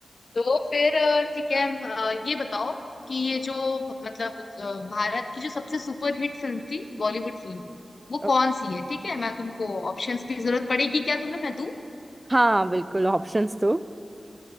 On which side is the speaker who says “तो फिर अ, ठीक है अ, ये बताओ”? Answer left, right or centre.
Left